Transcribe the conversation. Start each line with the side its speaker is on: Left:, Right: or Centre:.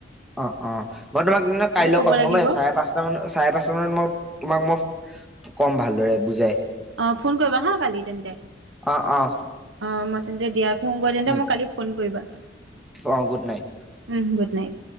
Centre: অ অ, মই তোমাক দি কাইলৈ
Right: ক'ব
Centre: কম
Right: লাগিব
Centre: গম চাৰে পাঁচটা মান চাৰে পাঁচটা মানত, মই তোমাক মই। কম ভালদৰে বুজাই।
Right: অ ফোন কৰিবা হা কালি তেন্তে,
Centre: অ অ
Right: অ মই তেন্তে দিয়া ফোন কৰিৈ তেন্তে
Centre: উম
Right: মোক কালি ফোন কৰিবা।
Centre: অ গুড নাইট।
Right: উ গুড নাইট।